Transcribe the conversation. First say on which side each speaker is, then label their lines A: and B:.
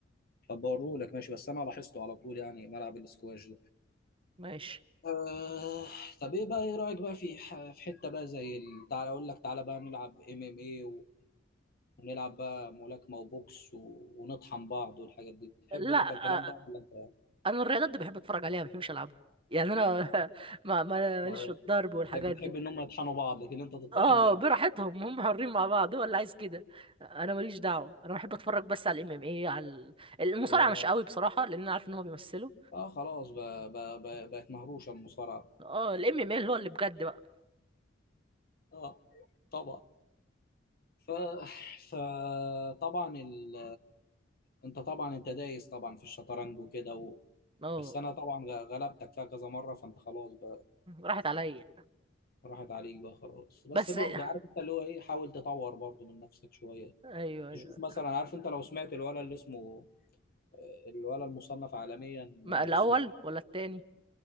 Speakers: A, on the left; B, on the right.
A: طب بوريه لك ماشي بس انا لاحظته على طول يعني ملعب السكواش
B: ماشي
A: آه طب ايه بقى ايه رأيك بقى في ح- في حتة بقى زي ال- تعالى اقول لك تعالى بقى نلعب ام ام ايه ونلعب بقى ملاكمة وبوكس و- ونطحن بعض والحاجات دي تحب
B: لا
A: انت الكلام ده
B: آه،
A: ولا انت
B: انا الرياضات دي بحب اتفرج عليها ما بحبش العبها يعني انا <laughs> ما ما- ماليش
A: اه
B: في الضرب والحاجات
A: تحب
B: دي
A: تحب ان هم يطحنوا بعض لكن انت تطحن
B: اه
A: لا
B: براحتهم هم حرين مع بعض هو اللي عايز كده انا ماليش دعوه انا بحب اتفرج بس على الام ام اي على ال- المصارعه
A: اه
B: مش قوي بصراحه لان انا عارف ان هو بيمثلوا
A: اه خلاص بقى بقى بقى بقت مهروشة المصارعة
B: اه الام ام اي اللي هو اللي بجد بقى
A: اه طبعا ف فطبعا ال انت طبعا انت دايس طبعا في الشطرنج وكده و...
B: اه
A: بس انا طبعا غ- غلبتك فيها كذا مرة فانت خلاص بقى
B: راحت عليا
A: راحت عليك بقى خلاص بس
B: بس
A: برضه
B: <laughs>
A: عارف انت اللي هو ايه حاول تطور برضه من نفسك شويه
B: ايوه ايوه
A: تشوف مثلا عارف انت لو سمعت الولا اللي اسمه آه، الولا المصنف عالميا
B: ما
A: آه،
B: الاول
A: اسمه
B: ولا التاني